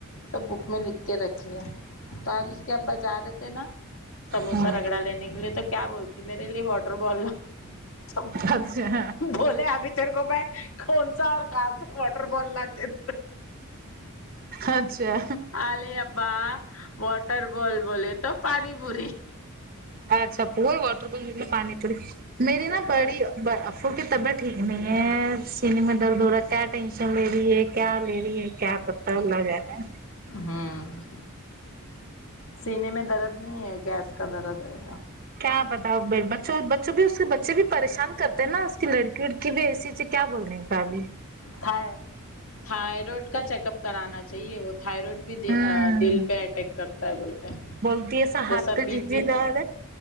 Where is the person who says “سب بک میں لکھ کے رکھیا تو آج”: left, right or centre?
Left